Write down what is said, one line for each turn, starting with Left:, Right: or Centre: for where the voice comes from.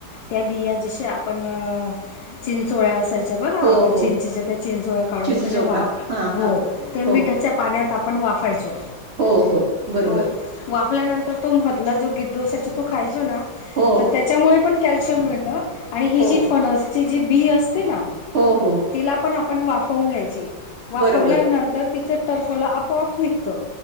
Left: त्या बिया जश आपण चिंचोळ्या असायच्या बघा
Right: हो
Left: आपण
Right: हो.
Left: चिंचेच्या त्या चिंचोळ्या काढून
Right: चिंचोका
Left: कश वा
Right: हा
Left: हो.
Right: हा
Left: ते मिठाच्या
Right: हो
Left: पाण्यात आपण वाफायचो.
Right: हो हो बरोबर.
Left: हो वाफल्यानंतर तो मधला जो गिद्दू असायचा तो खायचो ना तर
Right: हो
Left: त्या त्याच्यामुळे पण कॅल्शियम मिळत आणि ही
Right: हो
Left: जी फनसची जी बी असते ना
Right: हो हो.
Left: तिला पण आपण वाफवून घ्यायची. वाफवल्यानंतर
Right: बरोबर
Left: तिचं टरफल आपोआप निघत